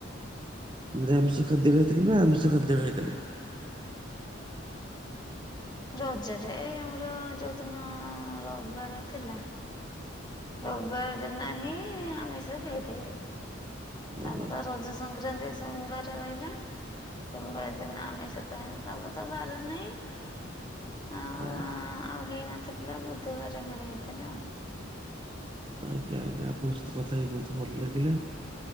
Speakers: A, on the right; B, on the left.
A: ନିରାମିଷ ଖାଦ୍ୟ ଖାଇଥିଲେ ନା ଆମିଷ ଖାଦ୍ୟ ଖାଇଥିଲେ?
B: ରଜରେ ଆମର ଯଉଦିନ ରବିବାର ଥିଲା ରବିବାର ଦିନ ହିଁ ଆମିଷ ଖାଇଥିଲି। ତାପରେତ
A: ଆଜ୍ଞା
B: ରଜ ସଂକ୍ରାନ୍ତି ସୋବାରେ ରହିଲା। ସୋମବାର ଦିନ ଆମିଷତ ହେଇନଥିଲା ତାପରେ ତ ବାର ନାହିଁ। ଆଉ
A: ଆଜ୍ଞା।
B: ଆଉ ହେଇନଥିଲା ବୁଧବାର ଫେରେ ହେଇଥିଲା।
A: ଆଜ୍ଞା ଆଜ୍ଞା ଆପଣଙ୍କ ସହିତ କଥା ହେଇ ବହୁତ ଭଲ ଲାଗିଲା।